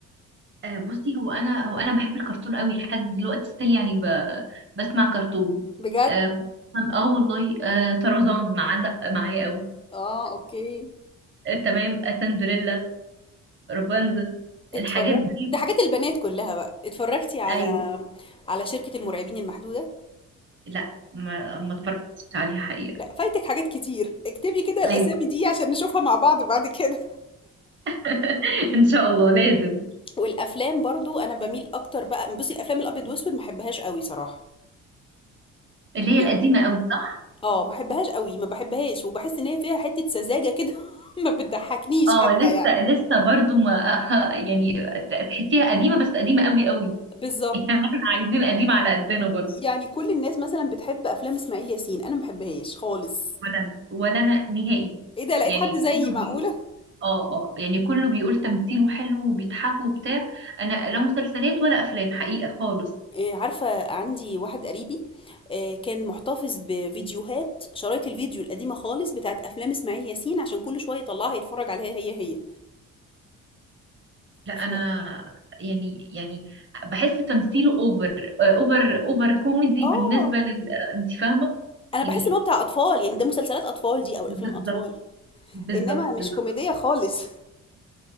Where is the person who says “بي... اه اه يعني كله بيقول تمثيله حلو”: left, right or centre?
Right